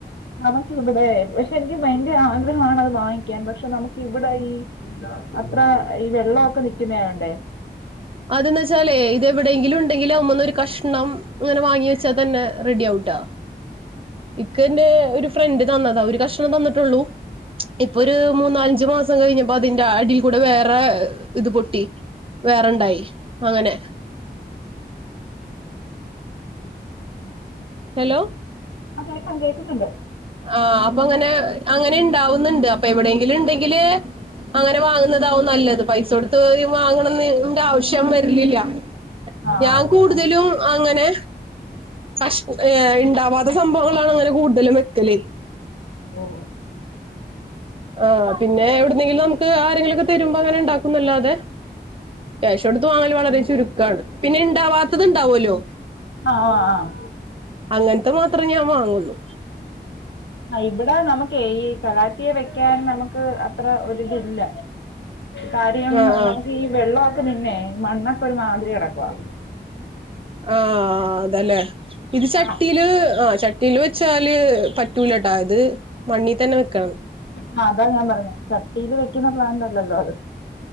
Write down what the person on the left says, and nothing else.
നമക്കിവിടെ പക്ഷെ എനിക്ക് ഭയങ്കര ആഗ്രഹാണത് വാങ്ങിക്കാൻ പക്ഷെ നമക്കിവിടെ ഈ അത്ര ഈ വെള്ള ഒക്കെ നിക്കുന്നായോണ്ടേ
ഉം ഉം
ആഹ് കേക്കാം കേക്കുന്നുണ്ട്
ആ
ആ അതെ
ആ.
ഓ.
ആഹ് ആഹ്.
ആ ഇവ്ടെ നമക്കേ ഈ കളാറ്റിയ വെക്കാൻ നമുക്ക് അത്ര ഒരിതില്ല. കാര്യം
നമുക്കീ
വെള്ള ക്ക് പിന്നെ മണ്ണക്കെ ഒരു മാതിരി കെടക്കുവാ.
ആ
ആഹ് അതാ ഞാൻ പറഞ്ഞെ ചട്ടീ ല് വെക്കുന്ന പ്ലാന്റ് അല്ലല്ലോ അത്.